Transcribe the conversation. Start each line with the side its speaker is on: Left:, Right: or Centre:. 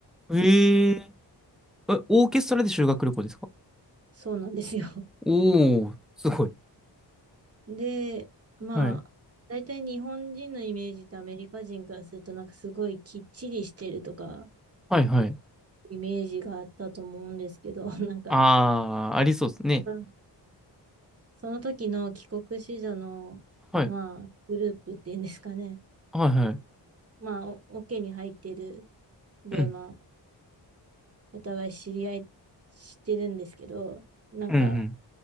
Centre: え。へええ、オーケストラで修学旅行ですか
Right: そうなんですよ。
Centre: おー、すごい。
Right: <laughs> で、まあ、
Centre: はい。
Right: 大体日本人のイメージとアメリカ人からすると、なんかすごいきっちりしてるとか、
Centre: はい、はい。
Right: イメージがあったと思うんですけど、<laughs> なんか、
Centre: あー、ありそうですね。
Right: うんその時の帰国子女の、
Centre: はい。
Right: まあ、グループっていうんですかね。
Centre: はい、はい。
Right: まあ、お、オケに入ってる。で、
Centre: うん。
Right: まあ、お互い知り合いしてるんですけど、なんか、
Centre: うん、うん。